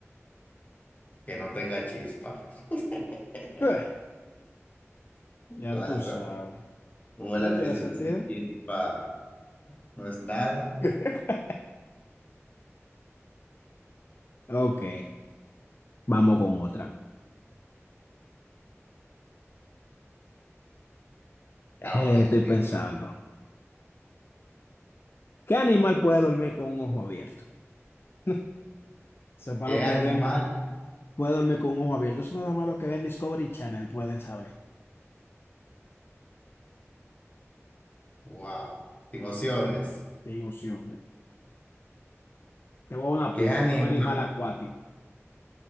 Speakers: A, on the left (about 30°); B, on the left (about 50°).
A: que no tenga chispa. <laughs>
B: Eh, Ya
A: Claro,
B: tú sabes.
A: un electricista
B: No tiene sentido.
A: sin chispa no es nada.
B: <laughs> Ok. Vamos con otra. Eh,
A: A ver,
B: estoy
A: dime.
B: pensando. ¿Qué animal puede dormir con un ojo abierto? <laughs> Sepa
A: ¿Qué
B: lo que
A: animal?
B: ven. Puede dormir con un ojo abierto. Eso nada más lo que ven Discovery Channel pueden saber.
A: Wow, sin opciones.
B: Sin opciones. Te voy a dar una
A: ¿Qué
B: pista,
A: animal
B: es un animal acuático.